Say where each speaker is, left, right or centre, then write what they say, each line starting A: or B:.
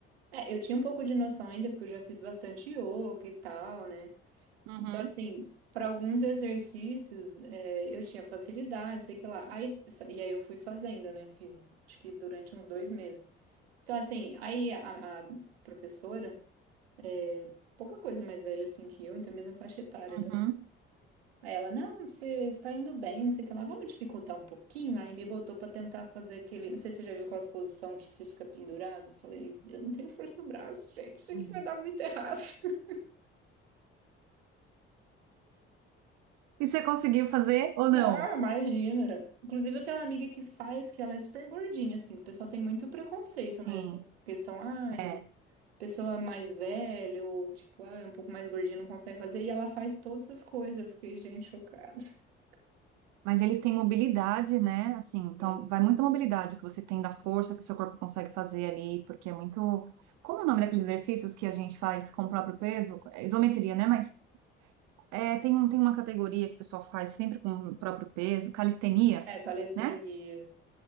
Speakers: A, on the right; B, on the right.
A: É, eu tinha um pouco de noção ainda, porque eu já fiz bastante yoga e tal, né?
B: Uhum,
A: Então, assim, para alguns exercícios, é, eu tinha facilidade, sei que lá. Aí, e aí eu fui fazendo, né? Fiz, acho que durante uns dois meses. Então, assim, aí a, a professora, é, pouca coisa mais velha assim que eu, então mesma faixa etária
B: uhum,
A: Aí ela, não, você está indo bem, não sei o que lá, vamos dificultar um pouquinho. Aí me botou pra tentar fazer aquele. Não sei se você já viu aquela posição que você fica pendurado. Eu falei, eu não tenho força no braço, gente, isso aqui
B: uhum.
A: vai dar muito errado. <laughs>
B: E você conseguiu fazer ou
A: Não,
B: não?
A: imagina. Inclusive, eu tenho uma amiga que faz, que ela é super gordinha, assim, que o pessoal tem muito preconceito,
B: Sim,
A: né? Com questão, ai,
B: é.
A: pessoa mais velha, ou tipo, ah, é um pouco mais gordinha, não consegue fazer. E ela faz todas as coisas. Eu fiquei, gente, chocada. <laughs>
B: Mas eles têm mobilidade, né? Assim, então
A: Sim.
B: vai muita mobilidade que você tem da força que seu corpo consegue fazer ali, porque é muito. Como é o nome daqueles exercícios que a gente faz com o próprio peso? É isometria, né? Mas É, tem, um, tem uma categoria que o pessoal faz sempre com o próprio peso, calistenia,
A: É, calistenia.
B: né?